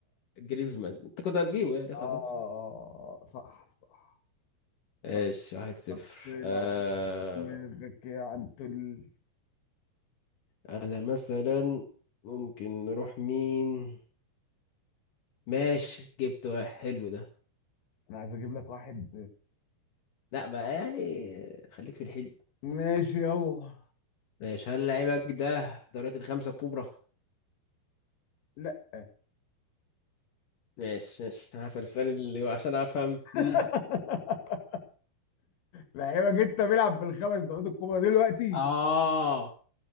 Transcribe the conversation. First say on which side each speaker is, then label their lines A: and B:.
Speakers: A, on the left (about 55°); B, on the left (about 85°).
A: جريزمان انت كنت هتجيبه يعني
B: اه
A: خلاص
B: صح صح
A: ايش
B: صح
A: واحد صفر
B: حط لعيب
A: آه...
B: دماغك يا عنتل
A: انا مثلا ممكن نروح مين ماشي جبت واحد حلو ده
B: انا عايز اجيب لك واحد
A: لا بقى يعني خليك في الحلو
B: آه، ماشي يلا
A: ماشي هل لعيبك ده دوريات الخمسة الكبرى
B: لا
A: ماشي ماشي انا هسأل السؤال اللي عشان افهم
B: <laughs>
A: مم.
B: لعيبك انت بيلعب بالخمس دوريات الكبرى دلوقتي
A: اه